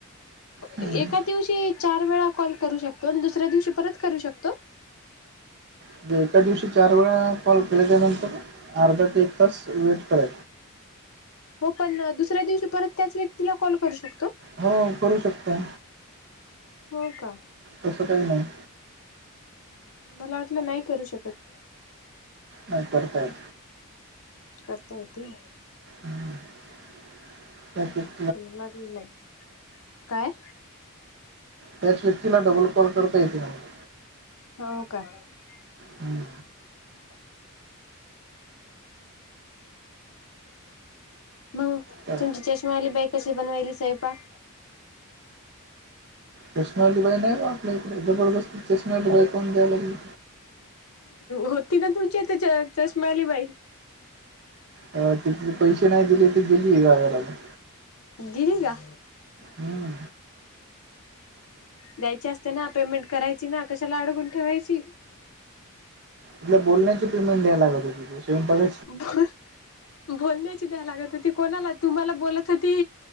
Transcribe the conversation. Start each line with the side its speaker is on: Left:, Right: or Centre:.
Right: हम्म.
Left: एकाचं दिवशी चार वेळां कॉल करूं शकतो आणि दुसऱ्या दिवशी परंत करूं शकतो
Right: म्हणजे एका दिवशी चार वेळा कॉल केल्या त्यानंतर अर्धा ते एक तास वेट करा
Left: हो पण दुसऱ्या दिवशी परत त्याच व्यक्तीला कॉल करू शकतो
Right: हो करूं शकतो
Left: हो का
Right: तसं कांहीं नाहीं
Left: मलां वाटलं नाहीं करूं शकतं
Right: नाहीं करतंताय
Left: करतां येतं
Right: हम्मं
Left: मलांही नाहीं कायं
Right: त्या श्रुतीला डबल कॉल करता येतय काय मग.
Left: हो का बरोबर
Right: हम्म.
Left: मंग
Right: तर
Left: तुमची चष्मां आलीं बाई कशी बनवायली स्वयंपाक
Right: चष्मेवाली बाई नाहीं बां आपल्या इकडे जबरदस्तं चष्मेवाली बाई कोणं द्यायला लागे
Left: होती नां तुमची इथं चष्मा वांली बाई
Right: अ तिथली पैसे नाही दिले ती गेली का घराला?
Left: गेली का?
Right: हम्मं
Left: द्यायची असते ना पेमेंट करायची ना कशाला अडगून ठेवायची.
Right: तल्या बोलण्याची पेमेंट द्याय लागत ति स्वयंपाका.
Left: हा. बोल द्याची द्या लागत होती कोणाला तुम्हाला बोलत होती